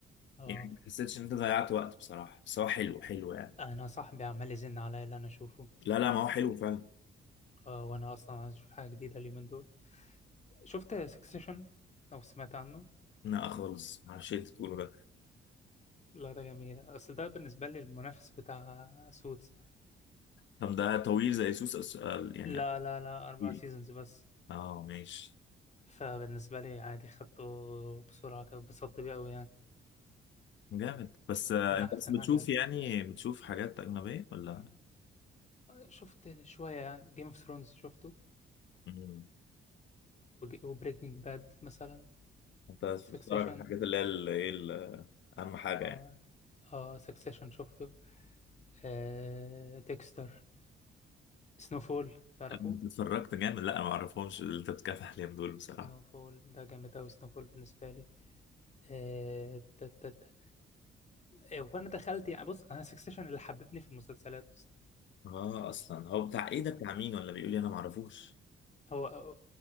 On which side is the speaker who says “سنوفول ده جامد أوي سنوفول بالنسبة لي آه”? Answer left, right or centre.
Left